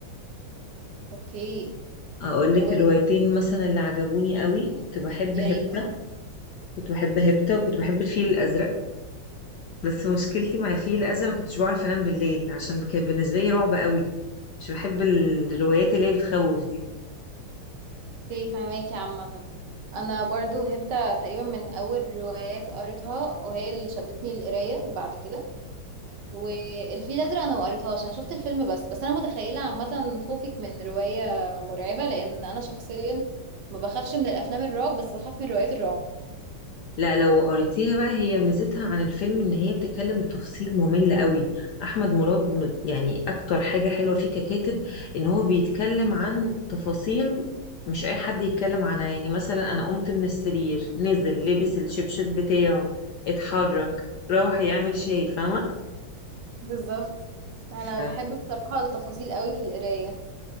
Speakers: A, on the right; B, on the left.
A: اوكي
B: اقول لك
A: ويا
B: الروايتين مثلا اللي عجبوني قوي كنت بحب
A: ريت
B: هبتة
A: اه
B: كنت بحب هبتة وكنت بحب الفيل الازرق بس مشكلتي مع الفيل الازرق ما كنتش بعرف انام بالليل عشان كان بالنسبة لي رعب قوي مش بحب الروايات اللي هي بتخوف دي
A: اوكي فهماكي عامة انا برضو هبت تقريبا من اول روايات قريتها وهي اللي شدتني للقراية بعد كده والفيل الازرق انا ما قريتهاش انا شفت الفيلم بس بس انا متخيلة عامة خوفك من رواية مرعبة لان انا شخصيا ما بخافش من الافلام الرعب بس بخاف من روايات الرعب
B: لا لو قريتيها بقى هي ميزتها عن الفيلم ان هي بتتكلم بتفصيل ممل قوي احمد مراد م- يعني اكتر حاجة حلوة فيه ككاتب ان هو بيتكلم عن تفاصيل مش اي حد يتكلم عنها يعني مثلا انا قمت من السرير نزل لبس الشبشب بتاعه اتحرك راح يعمل شاي فاهمة
A: بالظبط انا
B: ف-
A: بحب بصراحة التفاصيل قوي في القراية